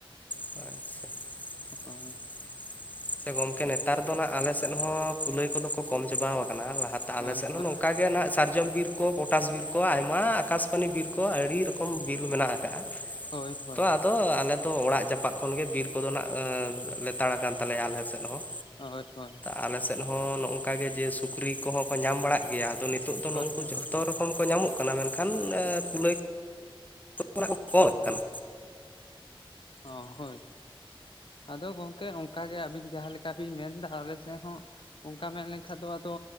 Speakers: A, on the left; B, on the left.
A: ᱟᱪᱪᱷᱟ ᱾
B: ᱦᱳᱭ
A: ᱥᱮ ᱜᱚᱝᱠᱮ ᱱᱮᱛᱟᱨ ᱫᱚ ᱱᱟᱦᱟᱜ ᱟᱞᱮ ᱥᱮᱫ ᱦᱚᱸ ᱠᱩᱞᱟᱹᱭ ᱠᱚᱫᱚ ᱠᱚ ᱠᱚᱢ ᱪᱟᱵᱟ ᱟᱠᱟᱱᱟ ᱞᱟᱦᱟ ᱛᱮ
B: ᱦᱳᱭ
A: ᱟᱞᱮ ᱥᱮᱫ ᱦᱚᱸ ᱚᱱᱠᱟ ᱜᱮ ᱱᱟᱦᱟᱜ ᱥᱟᱨᱡᱚᱢ ᱵᱤᱨ ᱠᱚ ᱯᱚᱴᱟᱥ ᱵᱤᱨ ᱠᱚ ᱟᱭᱢᱟ ᱟᱠᱟᱥᱵᱟᱱᱤ ᱵᱤᱨ ᱠᱚ ᱟᱹᱰᱤ ᱨᱚᱠᱚᱢ ᱵᱤᱨ ᱢᱮᱱᱟᱜ-ᱟ ᱾ ᱟᱠᱟᱜ-ᱟ
B: ᱦᱳᱭ ᱦᱳᱭ
A: ᱛᱚ ᱟᱫᱚ ᱟᱞᱮ ᱫᱚ ᱚᱲᱟᱜ ᱡᱟᱯᱟᱜ ᱠᱷᱚᱱ ᱜᱮ ᱵᱤᱨ ᱠᱚᱫᱚ ᱦᱟᱸᱱᱟᱜ ᱞᱮᱛᱟᱲ ᱟᱠᱟᱱ ᱛᱟᱦᱚᱞᱮ ᱟᱞᱮ ᱥᱮᱫ ᱦᱚᱸ
B: ᱦᱳᱭ ᱦᱳᱭ ᱾
A: ᱟᱞᱮ ᱥᱮᱫ ᱦᱚᱸ ᱱᱚᱜᱼᱚᱝᱠᱟ ᱜᱮ ᱡᱮ ᱥᱩᱠᱨᱤ ᱠᱚᱦᱚᱸ ᱠᱚ ᱧᱟᱢ ᱵᱟᱲᱟᱜ ᱜᱮᱭᱟ, ᱟᱫᱚ ᱱᱤᱛᱚᱜ ᱫᱚ ᱱᱚᱜ
B: ᱦᱳᱭ
A: ᱩᱱᱠᱩ ᱡᱷᱚᱛᱚ ᱨᱚᱠᱚᱢ ᱠᱚᱢ ᱠᱚ ᱧᱟᱢᱚᱜ ᱠᱟᱱᱟ, ᱢᱮᱱᱠᱷᱟᱱ ᱠᱩᱞᱟᱹᱭ <unintelligible> ᱠᱟᱱᱟ ᱾
B: ᱦᱚᱸ ᱦᱳᱭ ᱾ ᱟᱫᱚ ᱜᱚᱝᱠᱮ ᱚᱱᱠᱟᱜᱮ ᱟᱹᱵᱤᱱ ᱡᱟᱦᱟᱸ ᱞᱮᱠᱟ ᱵᱤᱱ ᱢᱮᱱ ᱮᱫᱟ ᱟᱞᱮ ᱥᱮᱫ ᱦᱚᱸ ᱚᱱᱠᱟ ᱢᱮᱱ ᱞᱮᱱᱠᱷᱟᱱ ᱫᱚ ᱟᱫᱚ